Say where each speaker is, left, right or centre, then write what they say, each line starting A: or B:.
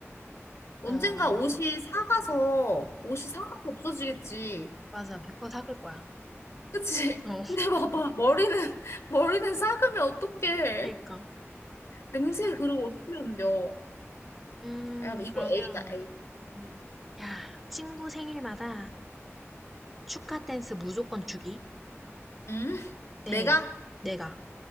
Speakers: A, on the left; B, in the centre.
A: 언젠가
B: 어,
A: 옷이 사가서 옷이 사가서 없어지겠지.
B: 맞아. 100번 삭을 거야.
A: 그치?
B: 어,
A: <laughs> 근데 봐봐 머리는 <laughs> 머리는 삭으면 어떡해?
B: 그러니까.
A: 냄새 그리고 어떻게 흔들려?
B: 음,
A: 야, 이거
B: 그러면,
A: A다. A. 음.
B: 야, 친구 생일마다 축하 댄스 무조건 주기.
A: 음?
B: 네,
A: 내가?
B: 내가.